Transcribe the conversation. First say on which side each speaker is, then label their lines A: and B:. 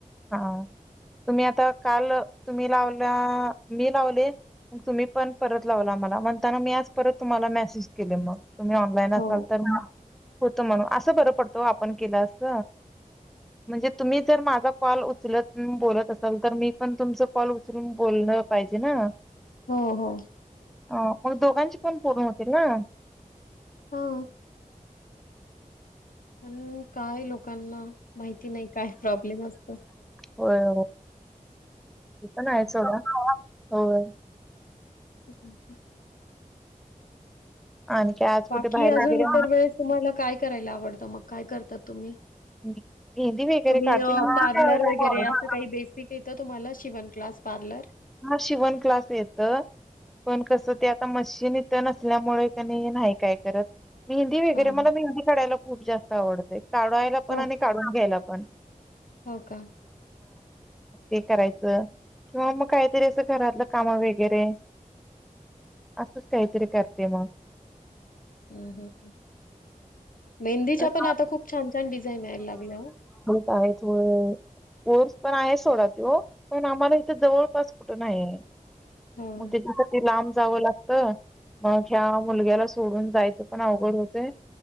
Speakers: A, in the centre; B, on the left (about 70°).
A: हा तुम्ही आता काल तुम्ही लावला मी लावले मग तुम्ही पण परत लावला मला म्हणताना मी आज परत तुम्हाला मेसेज केले मग तुम्ही ऑनलाईन असाल
B: हो,
A: तर मग पुढ तुम्हांना असं बर पडतो आपण केला अस म्हणजे तुम्ही जर माझा कॉल उचलत बोलत असाल तर मी पण तुमचा कॉल उचलून बोलल पाहिजे ना
B: हो -हो
A: अ मग दोघांचे पण पूर्ण होतील ना
B: हो.. हम्म काय लोक लोकांना माहिती नाही काय प्रॉब्लेम असत
A: होय ते पण आहे सोडा <inaudible> होय
B: <inaudible>
A: आणि काय आज
B: बाकी
A: कुठे बाहेर
B: अजून
A: वगैरे
B: इतर वेळेस तुम्हाला काय करायला आवडतं मग? काय करतात तुम्ही?
A: मेहंदी वगैरे
B: तुम्ही
A: काढते मेहंदी
B: पार्लर
A: काढायला
B: वगैरे
A: आवडते.
B: अस काही बेसिक येत तुम्हाला शिवण क्लास? पार्लर?
A: हा शिवण क्लास येत पण कस त्या आता मशीन इथं नसल्यामुळे कणय नाही काय करत. मेहंदी वगैरे
B: हां,
A: मला
B: हां.
A: मेहंदी काढायला खूप जास्त आवडतंय. काढायला पण
B: हो,
A: आणि काढून घ्यायला पण.
B: हो का?
A: ते करायचं. किंवा मग काहीतरी असं घरातलं काम वगैरे, असंच काहीतरी करते मग.
B: हम्म हम्म हम्म मेहंदीचा
A: आहेत
B: पण आता खूप छान छान डिझाईन यायला लागल्या ओ.
A: काय तो कोर्स पण आहे सोडा त्यो पण आम्हाला इथे जवळपास कुठ नाहीय.
B: हो.
A: मग त्याच्यासाठी लांब जावं लागत. मग ह्या मुलग्याला सोडून जायचं पण अवघड होतय.